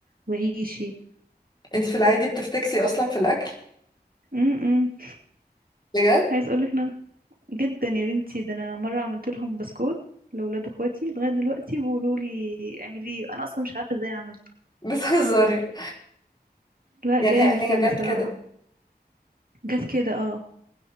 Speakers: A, on the right (about 60°); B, on the left (about 25°).
A: وعيشي
B: انت في العادي بتفتكسي اصلا في الاكل
A: امم
B: بجد
A: عايز اقولك ان انا جدا يا بنتي ده انا مره عملت لهم بسكوت لاولاد اخواتي لغايه دلوقتي بيقولوا لي اعمليه انا اصلا مش عارفه ازاي عملته
B: <laughs> بتهزري
A: لا
B: يعني
A: جامد
B: هي هي
A: كان
B: جت
A: بصراحه
B: كده
A: جت كده اه